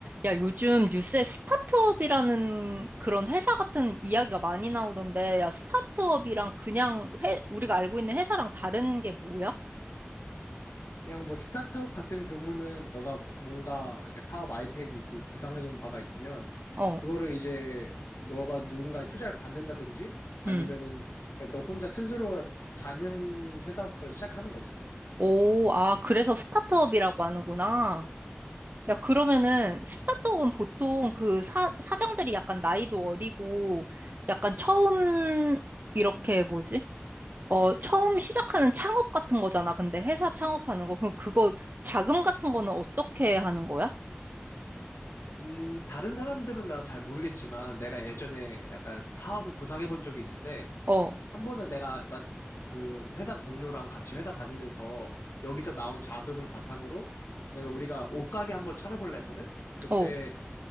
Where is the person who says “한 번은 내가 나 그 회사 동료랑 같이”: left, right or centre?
Left